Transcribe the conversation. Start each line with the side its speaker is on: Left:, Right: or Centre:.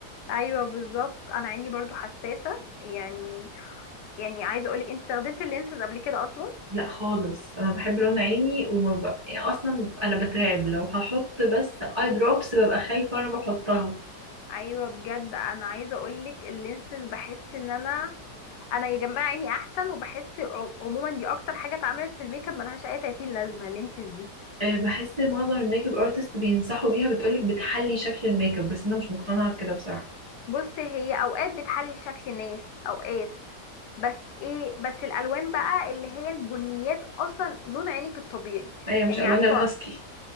Left: ايوه بالظبط انا عيني برضو حساسة يعني يعني عايزة اقولك انت استخدمت اللينسز قبل كده اصلا
Right: لا خالص انا بحب رنا عيني وما ب... يعني اصلا انا بترعب لو هحط بس اي دروبس ببقى خايفه وانا بحطها
Left: ايوه بجد انا عايزة اقولك اللينسز بحس ان انا انا يا جماعه عيني احسن وبحس عم- عموما دي اكتر حاجه اتعملت في الميك اب ملهاش اي 30 لازمه اللينسز دي
Right: أه بحس معظم الميك اب ارتست بينصحوا بيها بتقولك بتحلي شكل الميك اب بس انا مش مقتنعه بكده بصراحه
Left: بص هي اوقات بتحلي شكل ناس اوقات بس ايه بس الالوان بقى اللي هي البنيات اصلا لون عينك الطبيعي
Right: هي مش
Left: يعني
Right: الوان
Left: عارفه
Right: الهاسكي